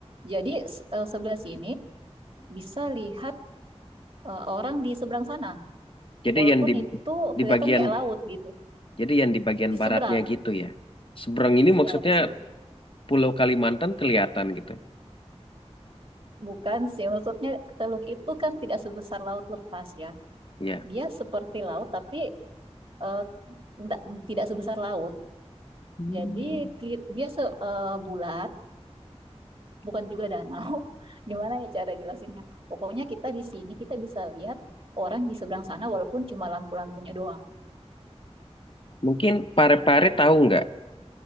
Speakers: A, on the right; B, on the left.
A: Jadi s- eh, sebelah sini bisa lihat eh, orang di seberang sana,
B: Jadi
A: walaupun
B: yang di
A: itu
B: di
A: kelihatan
B: bagian
A: kayak laut gitu.
B: jadi yang di bagian
A: Di seberang,
B: baratnya gitu ya. Seberang ini
A: iya
B: maksudnya
A: di seberang
B: Pulau Kalimantan kelihatan gitu.
A: Bukan sih, maksudnya teluk itu kan tidak sebesar laut lepas ya.
B: Ya.
A: Dia seperti laut tapi eh, nggak- tidak sebesar laut.
B: Hmm.
A: Jadi ki- dia se, eh, bulat, bukan juga danau. <laughs> Gimana ya cara jelasinnya? Pokoknya kita di sini kita bisa lihat orang di seberang sana walaupun cuma lampu-lampunya doang.
B: Mungkin Pare-Pare
A: Nah,
B: tahu nggak?